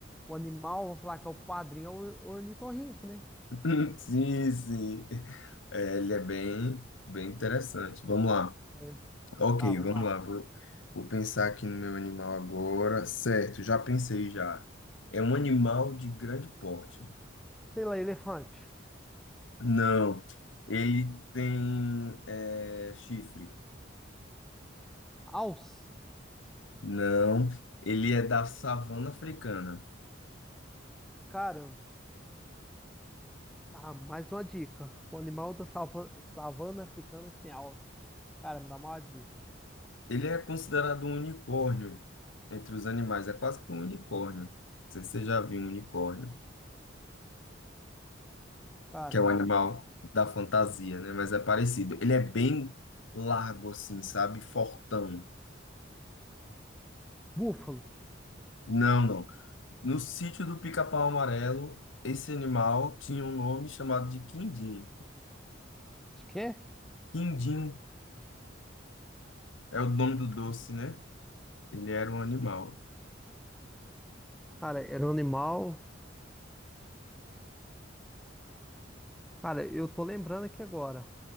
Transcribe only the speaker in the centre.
o animal, vamos falar que é o padrinho, é o ornitorrinco, né?
É.
Tá, vamos
lá.
Sei lá, elefante.
Alce.
Cara, tá, mais uma dica. O animal da sava- savana africana que tem alce. Cara, me dá uma dica.
Cara,
búfalo.
Acho que é?
Cara, era um animal. Cara, eu tô lembrando aqui agora.